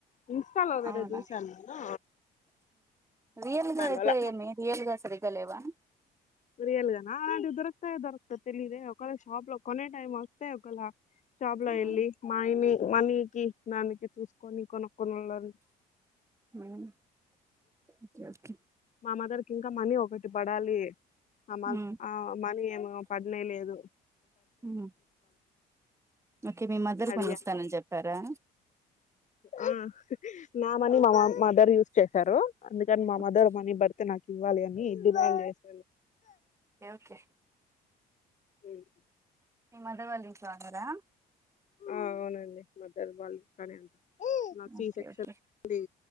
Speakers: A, on the left; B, on the right.
A: ఇన్స్టాలో వేరే
B: అవునా
A: చూశా నేను
B: రియల్గా అయితే
A: దానివల్ల
B: ఏమి రియల్గా సరిగా లేవా
A: రియల్గనా అలాంటివి దొరుకుతాయే దొరుకదో తెలీదే ఒకవేళ షాప్లో కొనే టైం వస్తే ఒకేళ షాప్లో
B: ఉమ్
A: ఎళ్లి మాఆయని మనీకి దానికి చూసుకొని కొనుక్కొనిళని
B: ఉమ్మ్ ఓకే ఓకే
A: మా మదర్ కి ఇంకా మనీ ఒకటి పడాలి ఆ మ
B: ఉమ్
A: ఆ మనీ ఏమో పడ్నేలేదు
B: ఉమ్మ్ నీకీ మీ మదర్
A: అడిగా
B: కొన్నిస్తానని చెప్పారా
A: ఆ నా మనీ మా మదర్ యూస్ చేశారు అందుకని మా
B: ఓకే
A: మదర్ మనీ బడ్ తే నాకు ఇవ్వాలి అని డిమాండ్ చేశా
B: ఎఓకే
A: ఉమ్మ్
B: మీ మదర్ వాళ్ళ ఇంట్లో ఉన్నారా
A: ఆ అవునండి మదర్ వాళ్ళు ఇంట్లోనే ఉన్నా నాది సీ
B: ఓకే
A: సెక్షన్
B: ఓకే
A: డి